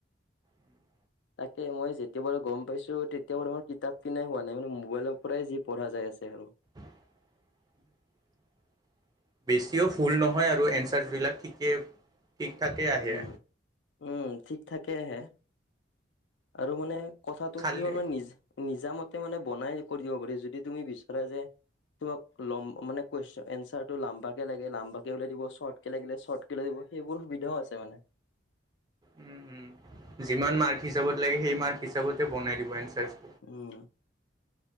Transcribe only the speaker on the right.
উম <inaudible>
<inaudible> বেছিও ফুল নহয় আৰু, এনচাৰছবিলাক ঠিকে ঠিক ঠাকেই আহে।
খালি
উম উম যিমান মাৰ্ক হিচাপত লাগে, সেই মাৰ্ক হিচাপতে বনাই দিব এনছ- দেজ